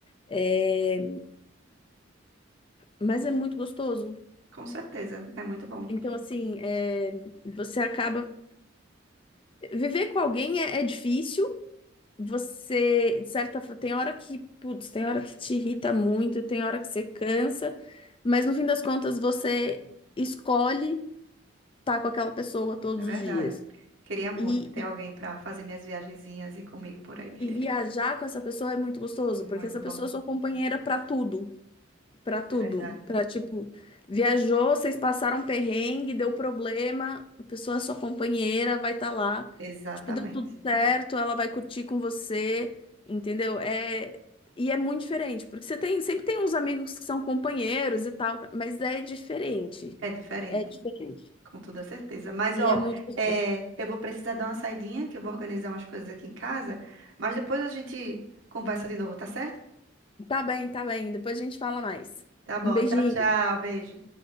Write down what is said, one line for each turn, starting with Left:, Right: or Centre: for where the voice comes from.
Left: É, mas é muito gostoso.
Right: com certeza. É muito bom.
Left: Então, assim, é, você acaba. Viver com alguém é, é difícil. Você, de certa forma, tem hora que, putz, tem hora que te irrita muito, tem hora que você cansa, mas no fim das contas você escolhe estar com aquela pessoa todos
Right: É verdade.
Left: os dias.
Right: Queria muito
Left: e
Right: ter alguém para fazer minhas viagenzinhas e comigo por aí.
Left: E
Right: <laughs>
Left: viajar com essa pessoa é muito gostoso,
Right: Muito
Left: porque essa
Right: bom.
Left: pessoa é sua companheira pra tudo, pra tudo,
Right: É verdade.
Left: Pra tipo, viajou, vocês passaram perrengue, deu problema, a pessoa é sua companheira, vai estar lá.
Right: Exatamente.
Left: Tipo, deu tudo certo, ela vai curtir com você, entendeu? É e é muito diferente, porque você tem, sempre tem uns amigos que são companheiros e tal, mas é diferente.
Right: É diferente,
Left: É diferente.
Right: com toda certeza. Mas,
Left: E
Right: ó,
Left: é muito gostoso.
Right: é, eu vou precisar dar uma saidinha, que eu vou organizar umas coisas aqui em casa, mas depois a gente conversa de novo, tá certo?
Left: Tá bem, tá bem, depois a gente fala mais.
Right: Tá bom,
Left: Um beijinho.
Right: tchau, tchau, beijo.